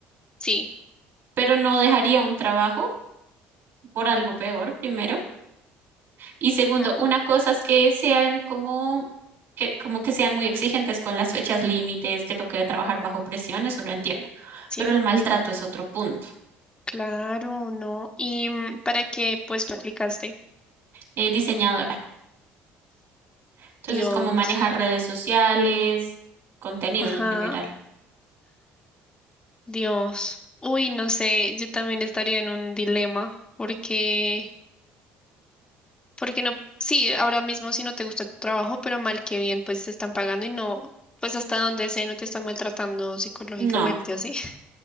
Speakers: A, on the left; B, on the right.
A: Sí,
B: Pero no dejaría un trabajo por algo peor, primero. Y segundo,
A: ajá,
B: una cosa es que sean como que, como que sean muy exigentes con las fechas límites, que toque trabajar bajo presión, eso lo entiendo.
A: sí,
B: Pero el maltrato es otro punto.
A: claro, no. ¿Y mm, para qué puesto aplicaste?
B: Eh, diseñadora. Entonces,
A: Dios,
B: ¿cómo manejar redes sociales, contenido
A: ajá.
B: en general?
A: Dios, uy, no sé, yo también estaría en un dilema porque, porque no, sí, ahora mismo si no te gusta tu trabajo, pero mal que bien, pues te están pagando y no, pues hasta donde sé, no te están maltratando psicológicamente
B: No,
A: así. <laughs>